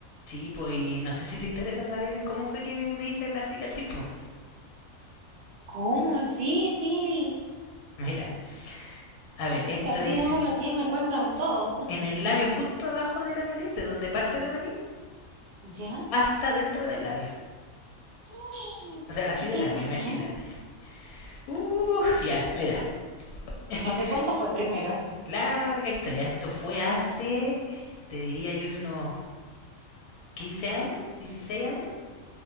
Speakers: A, on the left (about 85°); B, on the right (about 85°).
A: Sí, pues y no sé si te interesa saber cómo fue que me hice la cicatriz, pues.
B: ¿Cómo así, Pili?
A: Mira, a ver,
B: ¿Qué cicatriz?
A: esto es
B: ¿Dónde la tiene? Cuéntame todo.
A: en el labio justo abajo de la nariz, de donde parte la nariz,
B: ¿Ya?
A: hasta dentro del labio.
B: Uy,
A: O sea, así
B: ¿Qué
A: de
B: te
A: larga,
B: pasó?
A: imagínate. Uh, ya, mira. <laughs>
B: ¿Hace cuánto fue primero?
A: larga historia. Esto fue hace, te diría yo que unos 15 años, 16 años.